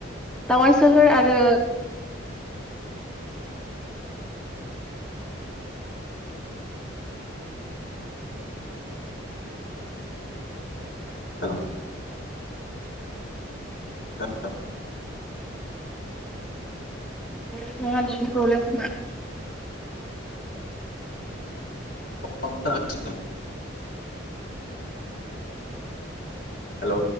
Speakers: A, in the centre; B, on the left.
A: टाउन सोहोर आरो
B: हेल'। औ।
A: <unintelligible>
B: <unintelligible> हेल'।